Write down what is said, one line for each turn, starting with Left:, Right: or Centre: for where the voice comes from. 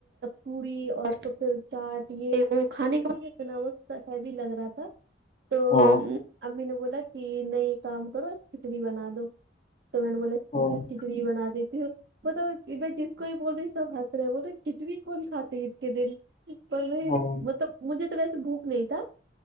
Right: پوری اور تو پھر چاٹ یہ وہ کھانے کے <unintelligible> ہیوی لگ رہا تھا تو
Left: ہوں
Right: امی نے بولا کہ نئے کام کرو کھچڑی بنا دو تو میں نے بولا ہے
Left: ہوں
Right: کھچڑی بنا دیتی ہوں <unintelligible> کوئی بولے سب ہنس رہے بول رے کھچڑی کون کھاتی عید کے دن پر میں
Left: ہوں
Right: مطلب مجھے تو ویسے بھوک نہیں تھا